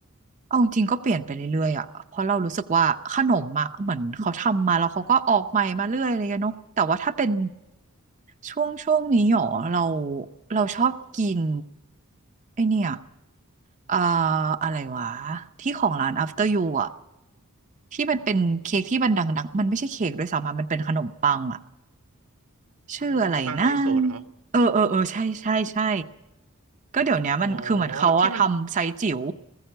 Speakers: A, on the right; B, on the right.
A: เอาจริงก็เปลี่ยนไปเรื่อยๆอ่ะ เพราะเรารู้สึกว่าขนมอ่ะเหมือนเขาทำมาแล้วเขาก็ออกใหม่มาเรื่อยเลยอะเนาะแต่ว่าถ้าเป็นช่วงช่วงนี้หรอเราเราชอบกินไอเนี่ยอ่าอะไรวะที่ของร้าน After You อ่ะที่มันเป็นเค้กที่มันดังๆมันไม่ใช่เค้กด้วยซ้ำอะมันเป็นขนมปังอ่ะ ชื่ออะไรนะ
B: ขนมปังเนยสดเหรอ
A: เออเออเออใช่ใช่ใช่ก็เดี๋ยวเนี้ยมันคือเหมือนเขาอะทำไซส์จิ๋ว
B: อ๋อที่มัน